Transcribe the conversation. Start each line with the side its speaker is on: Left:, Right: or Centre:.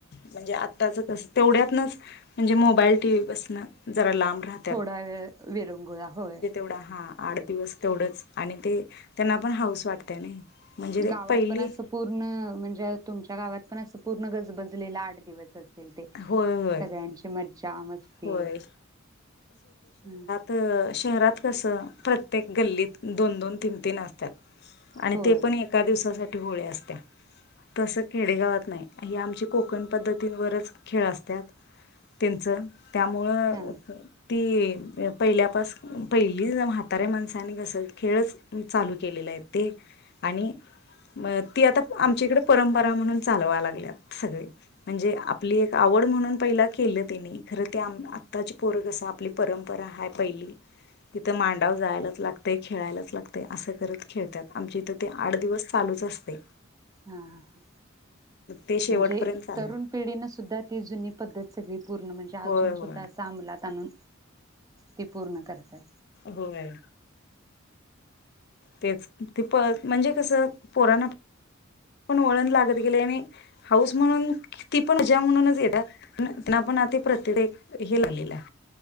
Left: म्हणजे आताच कस? तेवढ्यातनच म्हणजे मोबाईल टी व्ही पासण जरा लांब राहत.
Right: थोडा वेळ विरंगुळा होइल.
Left: पुढ हा. आठ दिवस तेवढंच. आणि ते, त्यांना पण हाऊस वाटते ना. म्हणजे ते
Right: गावात
Left: पहिली
Right: पण असं पूर्ण, म्हणजे तुमच्या गावात पण असं पूर्ण गजबजलेला आठ दिवसच केलते
Left: होय होय
Right: सगळ्यांची मजा मस्ती,
Left: होय
Right: हम्म
Left: त शहरात कसं, प्रत्येक गल्लीत, दोन, दोन, तीन, तीन असत्यात आणि
Right: होय
Left: ते पण एका दिवसासाठी होळी असत्या. तसं खेडेगावात नायं, ही आमची कोकण पद्धतींवरच खेळ अस्तात त्यांचं, त्यामुळं
Right: हा
Left: अ ह ती पहिल्यापास, पहिली म्हाताऱ्या माणस आणि कस खेळच चालू केलेलं आहेत ते. आणि म ती आता आमच्याकडे परंपरा म्हणून चालवाय लागल्यात सगळे, म्हणजे आप आपली एक आवड म्हणून पहिला केलं त्यांनी, खरं ते आमं आत्ताची पोर कसं, आपली परंपरा हाय पहिली तिथं मांडाव जायलाच लागतय. खेळायलाच लागतय. असं करत खेळत्यात. आमच्या इथं ते आट दिवस चालूच असतय.
Right: हा, हा,
Left: ते शेवटपर्यंत
Right: म्हणजे
Left: चालू
Right: तरुण पिढीन सुद्धा ती जुनी पद्धत सगळी पूर्ण म्हणजे, अजून
Left: होय
Right: सुद्धा
Left: होय
Right: अस अमंलात आणुन ती पूर्ण करतात.
Left: होय. तेच, ते प म्हणजे कसं पोरांना पण वळण लागत गेलय. आणि, हाऊस म्हणून ती पण मजा म्हणूनच येता, पण आपण आती प्रत्य हे लागलेलं हाय